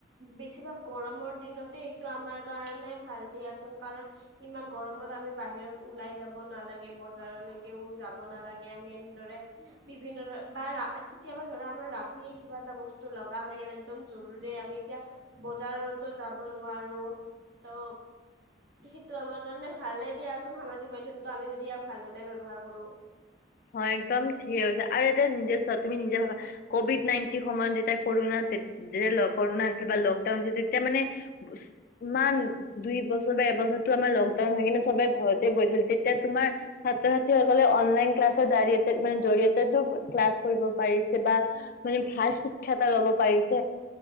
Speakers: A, on the right (about 85°); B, on the left (about 50°).
A: বেছিভাগ গৰমৰ দিনতে এইটো আমাৰ কাৰণে ভাল। দিয়াচোন কাৰণ ইমান গৰমত আমি বাহিৰত ওলাই যাব নালাগে বজাৰলৈকেও যাব ন। আমি এনে বিভিন্ন ধৰণ বা কেতিয়াবা ধৰা আমাৰ ৰাতিয়ে কিবা এটা বস্তু তটো লগা হৈ গ'ল একদম জোৰ ৰে আমি এতিয়া বজাৰতো যাব নোৱাৰো ত সেইটো আমাৰ কাৰণে ভালে দিয়াচোন সামাজিক মাধ্যমটো আমি যদি ইয়াক ভালদলে ব্যৱহাৰ কৰো।
B: হয়, একদম ঠিকে কৈছা আৰু এতিয়া নিজ তুমি নিজে ভাবা ক'ভিড নাইনটিন সময়ত যেতিয়া কৰোণাত যেতিয়া কৰোণা হৈছিল বা লকডাউন হৈছিল তেতিয়া মানে ইমান দুই বছৰ দুটা বছৰ লক ডাউন হয় কিনে চবে ঘৰ বহিছিল তেতিয়া তোমাৰ ছাত্ৰ ছাত্ৰীসকলে অনলাইন ক্লাছ। জতে মানে জৰিয়তেো ক্লাছ কৰিব পাৰিছে বা মানে ভাল শিক্ষা এটা ল'ব পাৰি।